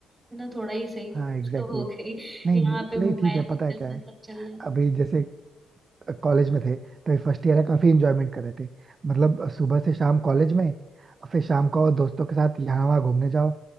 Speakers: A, on the right (about 20°); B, on the right (about 40°).
A: है ना थोड़ा ही सही
B: हाँ
A: कुछ
B: एग्जैक्टली
A: तो हो
B: exactly.
A: गई
B: नहीं
A: यहाँ
B: मतलब-
A: पे मोबाइल
B: नहीं ठीक है
A: भी
B: पता
A: चल
B: है क्या
A: रहा है
B: है
A: सब चल रहा है
B: अभी जैसे कॉलेज में थे तो फर्स्ट ईयर है काफी इंजॉयमेंट कर रहे थे मतलब सुबह से शाम कॉलेज में फिर शाम को दोस्तों के साथ यहाँ वहाँ घूमने जाओ